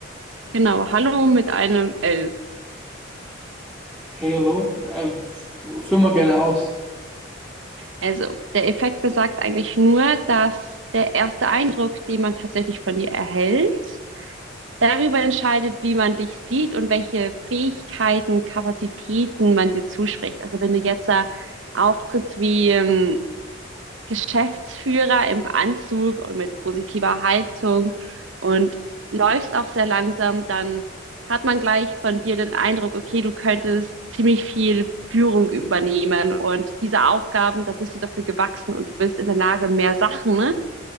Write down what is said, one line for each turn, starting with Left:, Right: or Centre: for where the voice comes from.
Right: Genau, Hallo mit einem L.
Centre: Halo. Äh, führ mal gerne aus.
Right: Also, der Effekt besagt eigentlich nur, dass der erste Eindruck, den man tatsächlich von dir erhält, darüber entscheidet, wie man dich sieht und welche Fähigkeiten, Kapazitäten man dir zuspricht. Also, wenn du jetzt da auftrittst wie, ähm, Geschäftsführer im Anzug und mit positiver Haltung und läufst auch sehr langsam, dann hat man gleich von dir den Eindruck, okay, du könntest ziemlich viel Führung übernehmen und diese Aufgaben, da bist du dafür gewachsen und du bist in der Lage, mehr Sachen ne,